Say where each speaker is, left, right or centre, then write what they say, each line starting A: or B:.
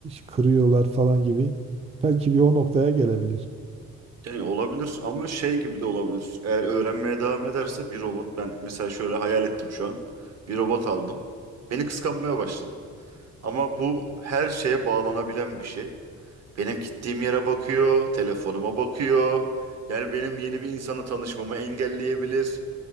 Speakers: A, on the right; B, on the right.
A: kırıyorlar falan gibi. Belki bir o noktaya gelebilir.
B: Yani olabilir ama şey gibi de olabilir. Eğer öğrenmeye devam ederse bir robot ben mesela şöyle hayal ettim şu an. Bir robot aldım. Beni kıskanmaya başladı. Ama bu her şeye bağlanabilen bir şey. Benim gittiğim yere bakıyor, telefonuma bakıyor. Yani benim yeni bir insanla tanışmamı engelleyebilir.